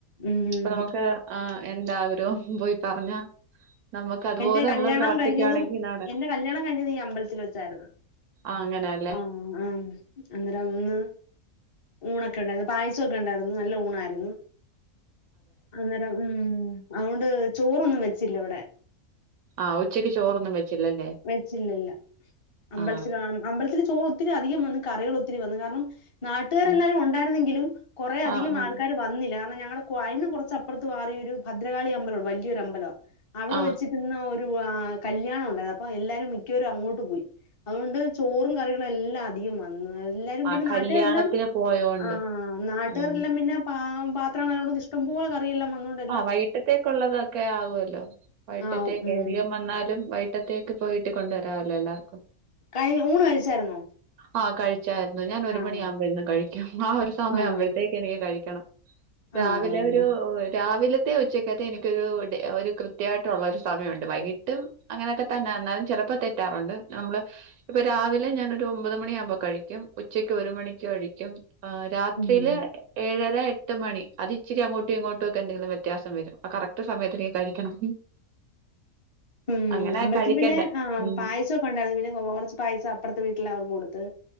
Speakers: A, on the left (about 30°); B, on the right (about 80°).
A: ഉം
B: ഇപ്പം നമുക്ക് ആഹ് എന്താഗ്രഹവും പോയി പറഞ്ഞാ നമ്മക്ക് അതുപോലെ
A: എന്റെ കല്യാണം
B: നമ്മള് പ്രാർത്ഥിക്ക്യാണെങ്കി
A: കഴിഞ്ഞതും
B: നടക്കും.
A: എന്റെ കല്യാണം കഴിഞ്ഞത് ഈ അമ്പലത്തിൽ വെച്ചായിരുന്നു
B: ആഹ് അങ്ങനാല്ലേ.
A: ആഹ് ആഹ് അന്നേരം ഒന്ന് ഊണൊക്കെ ഉണ്ടായിരുന്നു പായസ ഒക്കെ ഉണ്ടായിരുന്നു നല്ല ഊണായിരുന്നു അന്നേരം ഉം. അവോണ്ട് ചോറൊന്നും വെച്ചില്ല ഇവടെ.
B: ആഹ് ഉച്ചക്ക് ചോറൊന്നും വെച്ചില്ലല്ലേ.
A: വെച്ചില്ല ഇല്ല അമ്പലത്തിലാ
B: ആ
A: അമ്പലത്തിൽ ചോറ് ഒത്തിരി അധികം വന്ന് കറികൾ ഒത്തിരി വന്നു കാരണം നാട്ടുകാരെല്ലാരും
B: ആ
A: ഉണ്ടായിരുന്നെങ്കിലും കുറേ അധികം
B: ആ ആ
A: ആൾക്കാര് വന്നില്ല. കാരണം ഞങ്ങളെ ക്വാ അയിന്ന് കുറച്ചപ്പുറത്ത് മാറി ഒരു ഭദ്രകാളി അമ്പലവുണ്ട് വലിയൊരു അമ്പലവാ. അവിടെ
B: ആ
A: വെച്ചിട്ട് ഇന്ന് ഒ രു ആഹ് കല്യാണം ഉണ്ടായ്ന്ന പ്പം എല്ലാരും മിക്കവരും അങ്ങോട്ട് പോയി. അതുകൊണ്ട് ചോറും കറികളും എല്ലാം അധികംമ ന്ന്. എല്ലാരും പിന്നെ
B: ആ
A: നാട്ടുകാരല്ലാം
B: കല്യാണത്തിന് പോയോണ്ട്
A: ആഹ് നാട്ടുകാരല്ലാം
B: ഉം
A: പിന്നെ പാ പാത്രങ്ങളെല്ലാം കൊണ്ടോന്ന് ഇഷ്ടപോലെ ക റിയെല്ലാം വന്നോണ്ടെ
B: ആഹ് വൈകിട്ടത്തേക്കുള്ളതൊക്കെ ആവുവോല്ലോ വൈകിട്ടത്തേക്കേ
A: ആഹ് ഉം
B: അധികം വന്നാലും വൈ ക്ട്ടത്തേക്ക് പോയിട്ട് കൊണ്ടുവരാവല്ലോ എല്ലാർക്കും.
A: കഴിഞ് ഊണ് കഴിച്ചായിരുന്നോ?
B: ആഹ് കഴിച്ചായിരുന്നു ഞാൻ ഒരു
A: ആഹ്
B: മണിയാകുമ്പഴ് എന്നും കഴിക്കും ആ ഒരു സമയംആമ്പെഴത്തേക്ക്
A: ആഹ്
B: എനിക്ക് കഴിക്കണം രാവിലെ
A: ആഹ്
B: ഒരു എ രാവിലെത്തെ ഉച്ചക്കത്തെ എനിക്കൊരു ഒരു ഡേ കൃത്യയായിട്ടുള്ള ഒരു സമയമുണ്ട് വൈകിട്ടും അങ്ങനെയെക്കെ തന്നെ എന്നാലും ചെലപ്പെ തെറ്റാറുണ്ട് നമ്മള് ഇപ്പെ ഇ രാവിലെ ഞാനൊരു ഒമ്പത് മണിയാവുമ്പോ കഴിക്കും ഉച്ചക്ക് ഒരു മണിക്ക് കഴിക്കും ആഹ് രാത്രിയിലെ
A: ഉം.
B: ഏഴര, എട്ട് മണി അത് ഇച്ചിരി അങ്ങോട്ടും ഇങ്ങോ <unintelligible> എന്തെങ്കിലും വ്യത്യാസം വരും ആ കറക്റ്റ് സമയത്തിന് കഴിക്കണം
A: ഉംഹ്
B: അങ്ങനെ
A: അമ്പലത്തിന്
B: കഴിക്കണ്ടേ
A: പിന്നെ ആഹ്
B: ഉം
A: പായസോ ഒണ്ടായിരുന്നു പിന്നെ കെറച്ച് പൈസ അപ്പെറത്തെ വീട്ടിൽ അവർക്ക് കൊടുത്ത്